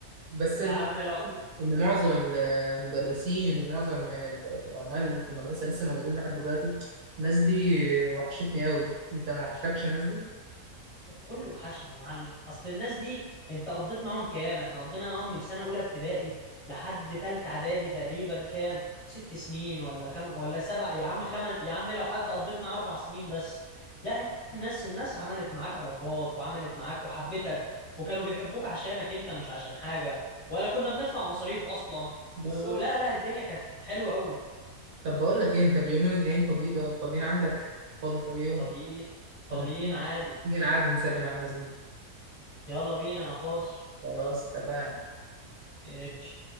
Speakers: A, on the right; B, on the left.
A: بس
B: يا
A: ال-
B: عم لو
A: إن معظم المدرسين ومعظم ال- العمال في المدرسة لسه موجودين لحد دلوقتي الناس دي وحشتني أوي أنت ما وحشكش الناس دي؟
B: كله وحشني يا معلم اصل الناس دي انت قضيت معاهم كام احنا قضينا معاهم من سنه اولى ابتدائي لحد تالتة اعدادي تقريبا كام ست سنين ولا خم... ولا سبع يا عم خم... يا عم لو حد قضيت معاه اربع سنين بس لا الناس الناس عملت معاك علاقات وعملت معاك وحبتك وكانوا بيحبوك عشانك انت مش عشان حاجه ولا كنا بندفع مصاريف اصلا
A: بالظبط
B: ولا لا الدنيا كانت حلوه قوي
A: طب بقول لك إيه أنت اليومين الجايين فاضي فاضيين عندك؟ فاضي في أي يوم؟
B: فاضيين فاضيين
A: طب
B: عادي
A: نيجي نعدي نسلم على الناس دي
B: يلا بينا انا فاضي
A: خلاص اتفقنا
B: ايش